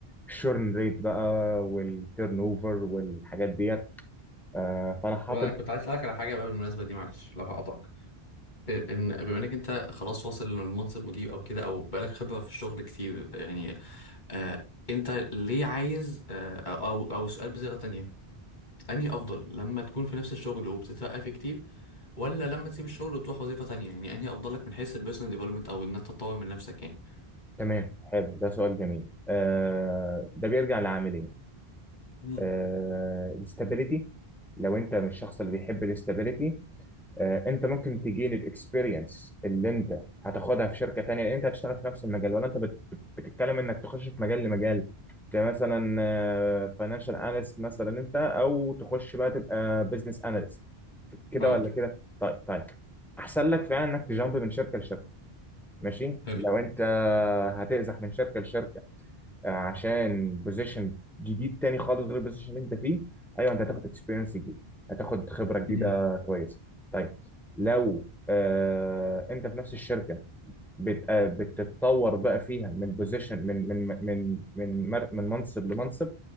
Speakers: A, in the centre; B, on the left.
A: الشورن ريت بقى والتيرن اوفر والحاجات ديت آه، فانا حاطط
B: وانا كنت عايز اسالك على حاجه بقى بالمناسبه دي معلش لو هقطعك إيه، ان بما انك انت خلاص واصل لمنصب مدير او كده او بقالك خبره في الشغل كتير يعني آه انت ليه عايز آه او او أو سؤال بصيغه تانية انهي افضل لما تكون في نفس الشغل وبتترقى فيه كتير ولا لما تسيب الشغل وتروح وظيفه تانية يعني انهي افضل لك من حيث البيرسونال ديفلوبمنت او ان انت تطور من نفسك يعني
A: تمام حلو ده سؤال جميل آه ده بيرجع لعاملين
B: مم.
A: آه الاستابيليتي لو انت مش الشخص اللي بيحب الاستابيليتي آه انت ممكن تجين الاكسبيرينس اللي انت هتاخدها في شركه تانية لان انت هتشتغل في نفس المجال ولا انت بت بت بتتكلم انك تخش في مجال لمجال كمثلا فاينانشال اناليست مثلا انت او تخش بقى تبقى بزنس اناليست كده
B: اه
A: ولا كده طيب طيب احسن لك فعلا انك تجامب من شركه لشركه ماشي
B: حلو
A: لو انت هتأزح من شركه لشركه عشان بوزيشن جديد تاني خالص غير البوزيشن اللي انت فيه ايوه انت هتاخد اكسبيرينس جديد هتاخد خبره جديده
B: مهم.
A: كويسه طيب لو آه انت في نفس الشركه بت آه بتتطور بقى فيها من بوزيشن من من من من مر- من منصب لمنصب